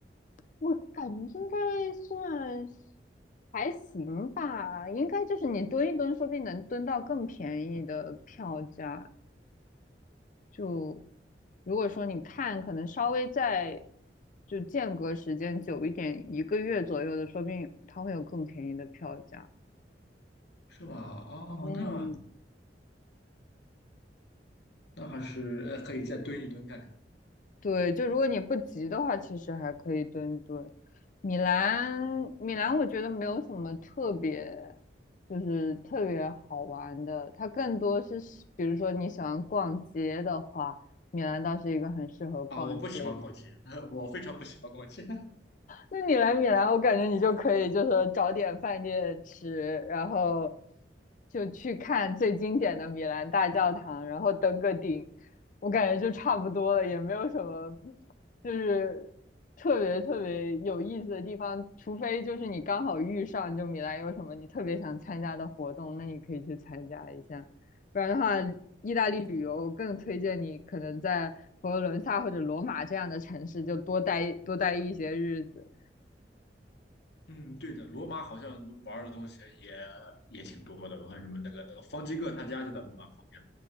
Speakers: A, on the left; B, on the left.
A: 我感觉应该算还行吧，应该就是你蹲一蹲，说不定能蹲到更便宜的票价。就如果说你看，可能稍微再就间隔时间久一点，一个月左右的，说不定它会有更便宜的票价。
B: 是吧？哦，
A: 嗯
B: 那那还是呃可以再蹲一蹲看看
A: 对，就如果你不急的话，其实还可以蹲蹲。米兰，米兰，我觉得没有什么特别，就是特别好玩的。它更多是，比如说你喜欢逛街的话，米兰倒是一个很适合逛街的。
B: 啊！我不喜欢逛街，<laughs> 我非常不喜欢逛街。
A: 那你来米兰，我感觉你就可以就是找点饭店吃，然后就去看最经典的米兰大教堂，然后登个顶，我感觉就差不多了，也没有什么就是特别特别有意思的地方，除非就是你刚好遇上就米兰有什么你特别想参加的活动，那你可以去参加一下，不然的话，意大利旅游更推荐你可能在佛罗伦萨或者罗马这样的城市就多待多待一些日子。
B: <laughs> 嗯，对的，罗马好像玩的东西也也挺多的，我看什么那个那个方济各他家就在罗马旁边。